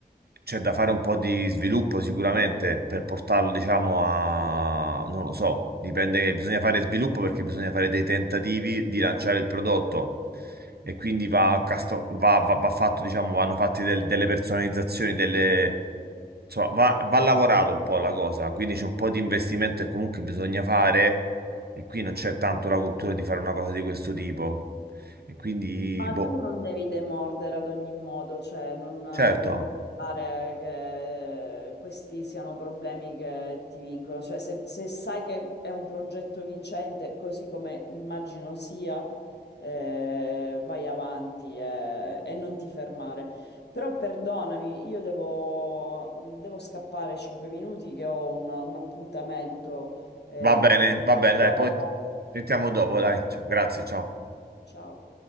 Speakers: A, on the right (about 65°); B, on the left (about 80°).
A: C'è da fare un po' di sviluppo sicuramente per portarlo, diciamo, a... non lo so, dipende, bisogna fare sviluppo perché bisogna fare dei tentativi di lanciare il prodotto e quindi va, casto- va, va- va fatto, diciamo, vanno fatte del- delle personalizzazioni, delle... insomma, va, va lavorato un po' la cosa, quindi c'è un po' di investimento che comunque bisogna fare e qui non c'è tanto la cultura di fare una cosa di questo tipo e quindi,
B: Ma
A: boh,
B: tu non devi demordere ad ogni modo, cioè non, non
A: certo.
B: lasciare che questi siano problemi che ti vincono. Cioè, se, se sai che è un progetto vincente, così come immagino sia, eh, vai avanti e, e non ti fermare. Però perdonami, io devo, devo scappare 5 minuti che ho un, un appuntamento. eh,
A: Va bene, va
B: ciao
A: bene, dai,
B: dopo.
A: poi sentiamo dopo, dai. Ciao, grazie, ciao.
B: Ciao.